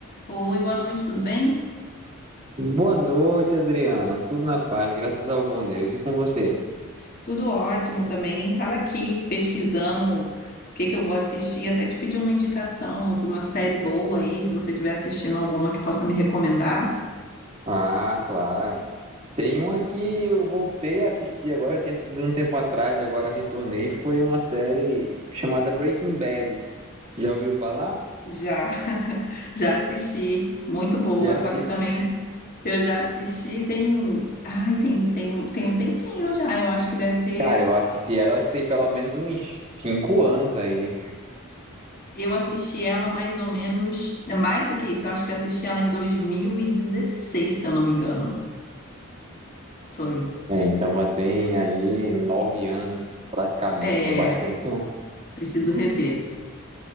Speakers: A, on the left (about 40°); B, on the right (about 30°).
A: Oi, boa noite, tudo bem?
B: Boa noite, Adriana. Tudo na paz, graças ao bom Deus. E com você?
A: Tudo ótimo também. Estava aqui pesquisando o que que eu vou assistir, até te pedir uma indicação de uma série boa aí, se você estiver assistindo alguma que possa me recomendar.
B: Ah, claro. Tem uma que eu voltei a assistir agora, eu tinha assistido um tempo atrás e agora retornei. Foi uma série chamada Breaking Bad. Já ouviu falar?
A: Já, <laughs> já assisti, muito boa,
B: Já
A: só
B: assisti.
A: que também eu já assisti tem, ai, tem, tem, tem um tempinho já, eu acho que deve
B: <laughs>
A: ter,
B: Cara, eu assisti ela, acho que tem pelo menos uns cinco anos aí.
A: eu assisti ela mais ou menos, é mais do que isso, eu acho que eu assisti ela em 2016, se eu não me engano. Foi.
B: É, então já tem aí nove anos praticamente,
A: É,
B: né? Bastante tempo.
A: preciso rever.